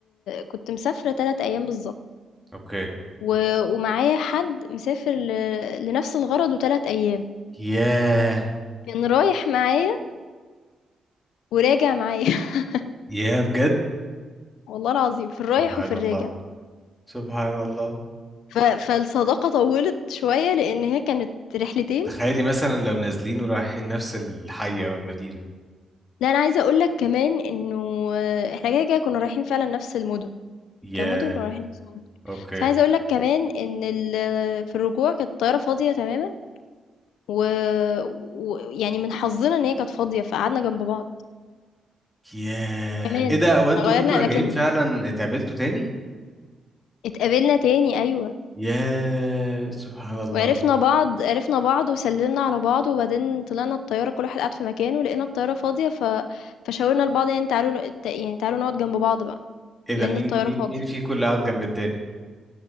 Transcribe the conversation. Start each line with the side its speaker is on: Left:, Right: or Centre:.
Left: كنت مسافرة 3 أيام بالضبط.
Centre: اوكي
Left: و ومعايا حد مسافر ل لنفس الغرض و3 أيام،
Centre: ياه
Left: كان رايح معايا وراجع معايا <laughs>
Centre: ياه بجد
Left: والله العظيم في الرايح
Centre: سبحان
Left: وفي الراجع،
Centre: الله سبحان الله
Left: ف فالصداقة طوّلت شوية لإن هي كانت رحلتين،
Centre: تخيلي مثلا لو نازلين ورايحين نفس الحي او المدينة
Left: لأ أنا عايزة أقول لك كمان إنه آه، إحنا كده، كده كنا رايحين فعلًا نفس المُدن،
Centre: ياه
Left: كمُدن كنا رايحين نفس المُدن،
Centre: اوكي
Left: بس عايزة أقول لك كمان إن ال في الرجوع كانت الطيارة فاضية تمامًا و ويعني من حظنا إن هي كانت فاضية، فقعدنا جنب بعض،
Centre: ياه
Left: كمان
Centre: ايه ده هو انتوا
Left: غيّرنا
Centre: وانتوا راجعين
Left: أماكننا،
Centre: فعلا اتقابلتوا تاني
Left: اتقابلنا تاني أيوه.
Centre: ياه سبحان الله
Left: وعرفنا بعض عرفنا بعض وسلمنا على بعض وبعدين طلعنا الطيارة كل واحد قعد في مكانه لقينا الطيارة فاضية ف... فشاورنا لبعض يعني تعالوا ن- ت- يعني تعالوا نقعد جنب بعض بقى
Centre: ايه
Left: من
Centre: ده مين
Left: الطيارة
Centre: مين
Left: فاضية
Centre: مين في كل قاعد جنب التاني